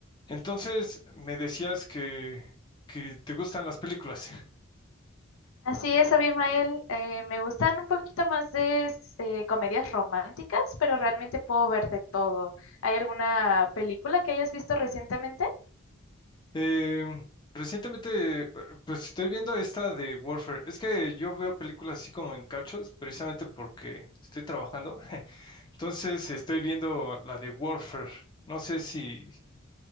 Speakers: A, on the left; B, on the left.
A: Entonces, me decías que, que te gustan las películas. <laughs>
B: Así es, Abimael. eh, me gustan un poquito más de s- eh, comedias románticas, pero realmente puedo ver de todo. ¿Hay alguna película que hayas visto recientemente?
A: Em, recientemente, pues estoy viendo esta de Warfare. Es que yo veo películas así como en cachos, precisamente porque estoy trabajando. <laughs> Entonces, estoy viendo la de Warfare. No sé si,